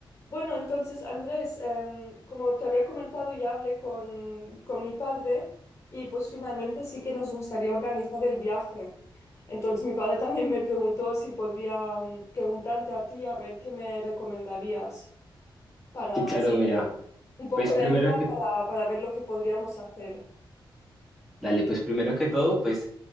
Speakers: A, on the left (about 30°); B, in the centre.
A: Bueno, entonces, Andrés, em, como te había comentado, ya hablé con, con mi padre y pues finalmente sí que nos gustaría organizar el viaje. Entonces, mi padre también me preguntó si podría mm, preguntarte a ti a ver qué me recomendarías para,
B: Sí, claro,
A: sí,
B: mira,
A: un poco
B: pues primero
A: de ayuda
B: que,
A: para, para ver lo que podríamos hacer.
B: dale, pues primero que todo, pues